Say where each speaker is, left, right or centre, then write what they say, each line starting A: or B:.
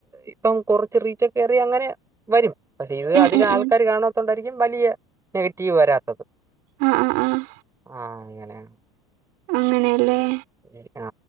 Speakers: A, on the right (about 20°); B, on the right (about 60°).
A: ഇപ്പം കൊറച്ച് റീച്ചെക്കെറി അങ്ങനെ വരും പക്ഷെ ഇത്
B: ഉം
A: അധികം
B: ഉം
A: ആൾക്കാര്
B: ഉം
A: കാണത്തോണ്ടാ ഇനിയും വലിയ നെഗറ്റീവ് വരാത്തത്
B: ആഹ് ആഹ് ആഹ്
A: ആ അ
B: അങ്ങനെയല്ലേ
A: ആ